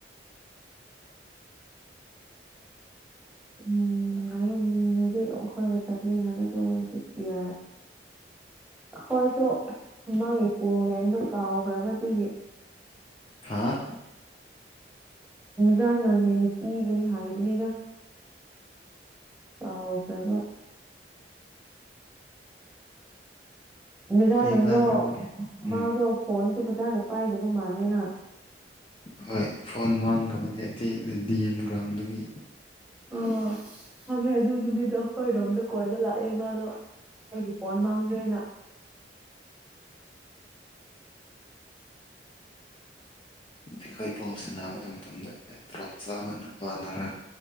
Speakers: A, in the centre; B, on the left (about 30°).
A: ꯎꯝ ꯉꯥꯌꯨꯝ ꯍꯥꯏꯗꯤꯂ ꯑꯩꯈꯣꯏꯒ ꯆꯠꯃꯤꯟꯅꯕꯗꯣꯒꯤꯇꯤꯌꯥ ꯑꯩꯈꯣꯏꯁꯨ ꯃꯃꯥꯡꯒꯤ ꯄꯣ ꯃꯦꯝꯗ ꯀꯥꯎꯈ꯭ꯔꯕꯗꯨꯒꯤ
B: ꯍꯥꯥ
A: ꯖꯥ ꯅꯪꯉꯦ ꯅꯨꯄꯤꯕꯨꯅꯤ ꯍꯥꯏꯕꯅꯤꯗ꯫ ꯀꯥꯑꯣꯈ꯭ꯔꯕ꯫ ꯖ
B: ꯃꯤꯕꯗ
A: ꯅꯪꯗꯣ
B: ꯅꯪ
A: ꯃꯥ
B: ꯎꯝ
A: ꯑꯗꯣ ꯐꯣꯟꯁꯨ ꯐꯖꯅ ꯄꯥꯏꯗꯕ ꯃꯥꯜꯂꯦꯅ꯫
B: ꯍꯣꯏ ꯐꯣꯟ ꯃꯥꯡꯈ꯭ꯔꯕꯅꯦ ꯑꯇꯩ ꯗꯤ ꯑꯦꯝ ꯒ꯭ꯔꯥꯎꯟꯗꯒꯤ꯫
A: ꯑ ꯍꯪꯉꯦ ꯑꯗꯨ ꯅꯨꯃꯤꯠꯇꯣ ꯑꯩꯈꯣꯏꯔꯣꯝꯗ ꯀꯣꯏꯕ ꯂꯥꯛꯑꯦ ꯃꯥꯗꯣ ꯑꯩꯒꯤ ꯐꯣꯟ ꯃꯥꯡꯈ꯭ꯔꯦꯅ꯫
B: ꯑꯩꯈꯣꯏ ꯕꯣꯜ ꯁꯥꯟꯅꯕ ꯃꯇꯝꯗ ꯑꯩꯈ ꯇꯔꯞ ꯆꯥꯕ ꯅꯨꯄꯥꯅꯔꯥ